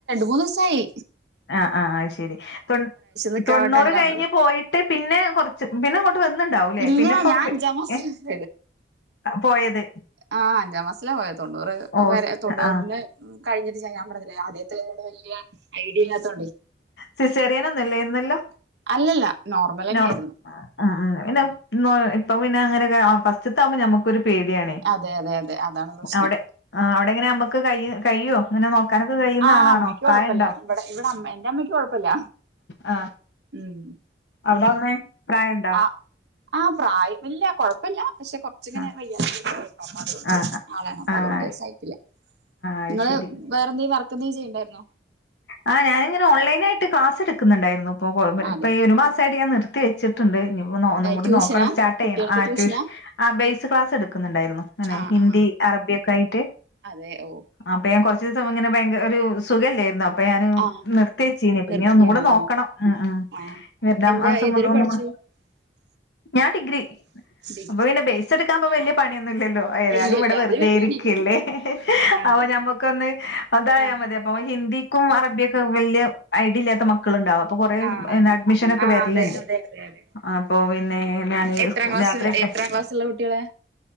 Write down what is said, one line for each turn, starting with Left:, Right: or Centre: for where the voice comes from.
Right: മുന്നുസായി
Left: ആഹ് ആഹ് ശരി തൊ
Right: നിക്കാൻ
Left: തൊണ്ണൂറ്
Right: പറഞ്ഞിട്ട് അങ്ങനെ
Left: കഴിഞ്ഞ്
Right: വന്നതാ
Left: പോയിട്ട് പിന്നെ കൊറച്ച് പിന്നെ ഇങ്ങോട്ട് വന്നണ്ടാവുംലേ
Right: ഇല്ല
Left: പിന്നെപ്പം
Right: ഞാൻ അഞ്ചാം മാസത്തിലാ
Left: ഏഹ് പോയത്
Right: ആഹ് അഞ്ചാം മാസില പോയത് തൊണ്ണൂറ്
Left: ഓ
Right: വരെ തൊണ്ണൂറിന്
Left: ആഹ്
Right: കഴിഞ്ഞിട്ട് ഞാൻ പർഞ്ഞില്ലെ അങ്ങനെ വലിയ ഐഡിയ ഇല്ലാത്തോണ്ട്
Left: സിസേറിയനൊന്നല്ലേന്നല്ലോ
Right: അല്ലല്ല നോർമൽ തന്നെയായിരുന്നു
Left: നോർ ഉം ഉം ഇനോ ഇപ്പൊ പിന്നെ അങ്ങനൊക്കെ ആ ഫസ്റ്റ്ത്തെ ആമ്പൊ ഞമ്മക്കൊരു പേടിയാണേ
Right: അതെ അതെ അതെ അതാണ് പ്രശ്നം
Left: അവിടെ ആ അവിടെ എങ്ങനെ നമ്മുക്ക് കഴി കയ്യോ ഇങ്ങനെ നോക്കാനൊക്കെ കഴിയുന്ന
Right: ആ
Left: ആളാണോ
Right: അമ്മയ്ക്ക് കൊഴപ്പല്ല
Left: തായെ ഉണ്ടോ
Right: ഇവിടെ ഇവിടെ അമ്മ എന്റെ അമ്മക്ക് കൊഴ പ്പല്ല
Left: ആ
Right: ഉം
Left: അവിടെ അമ്മേ പ്രായണ്ടോ
Right: ആ ആഹ പ്രായം ഇല്ല കൊഴപ്പമില്ല പക്ഷെ കുറച്ച്‌ ഇങ്ങനെ
Left: ആ
Right: വയ്യാ അതോണ്ട്
Left: ആ
Right: ആളാണ് അപ്പം
Left: ആ ആ
Right: അതുകൊണ്ട് സഹിക്കില്ല
Left: അത്
Right: ഇങ്ങള്
Left: ശരി
Right: വേറെന്തങ്കിലും വർക്കെന്തെങ്കിലും ചെയ്യ്ണ്ടായിരുന്നോ
Left: ആഹ ഞാനിങ്ങനെ ഓൺ ലൈനായിട്ട് ക്ലാസ് എടുക്ക്ന്ന്ണ്ടായിരുന്നു ഇപ്പോ
Right: അതെ
Left: ഇപ്പൊ ഈ ഒരു മാസമായിട്ട് ഞാൻ നിർത്തി വെച്ചിട്ടുണ്ട് ഇനിഇപ്പൊ ഒന്നും കൂടി
Right: ട്യൂഷനാ
Left: നോക്കണം സ്റ്റാർട്ട്
Right: കുട്ടികൾക്ക്
Left: ചെയ്യണം ആഹ്‌
Right: ട്യൂഷനാ
Left: ട്യൂഷ ആ ബേസ് ക്ലാസ് എടുക്കുന്നുണ്ടായിരുന്നു ഇങ്ങനെ
Right: ആ
Left: ഹിന്ദി
Right: ആ
Left: അറബിയൊക്കെ ആയിട്ട്
Right: അതെ ഓ
Left: അപ്പൊ ഞാൻ കുറച്ച് ദിവസം ഇങ്ങനെ ഭങ്ക ഒരു സുഖല്ലേരുന്നു അ അപ്പൊ ഞാന്
Right: ആ
Left: നിർത്തി വെച്ചീന് ഇപ്പൊ
Right: നിർത്തിയാണോ
Left: ഇനി ഒന്നുകൂടെ നോക്കണം
Right: ആ
Left: ഉം ഉം
Right: ആ
Left: വര്ണ
Right: എന്താ
Left: മാസം
Right: ഏതുവരെ
Left: ഒന്നുകൂടെ
Right: <inaudible>
Left: ഞാൻ ഡിഗ്രി
Right: ഡിഗ്രി
Left: അപ്പൊ പിന്നെ ബേസ് എടുക്കാൻ ഇപ്പൊ വല്യ പണിയൊന്നുംല്ലല്ലോ ഏതായാലും
Right: ഇല്ല
Left: ഇവിടെ
Right: ഇല്ല
Left: വെറുതെ
Right: അത് വെല്ലുവിളി
Left: ഇരിരിക്കല്ലേ
Right: അതെ
Left: അപ്പ ഞമ്മ ക്കൊന്ന് അതായ
Right: ആ
Left: മതി അപ്പൊ ഹിന്ദിക്കും അറബിയക്കും വല്യയ ഐഡിയ ഇല്ലാത്ത മക്കൾ മക്കൾ ഇണ്ടാവും അപ്പൊ കൊറെ
Right: ആഹ്
Left: അഡ്മിഷൻ ഒക്കെ
Right: ആഹ്
Left: വര്ല്ണ്ട്
Right: അതെ അതെ അതെ അതെ
Left: ആപ്പൊ പിന്നെ ഞാന്
Right: എത്രാം ക്ലാസ്
Left: യാത്രൊക്കെ
Right: എത്രാം ക്ലാസ്സുള്ള കുട്ടികളെ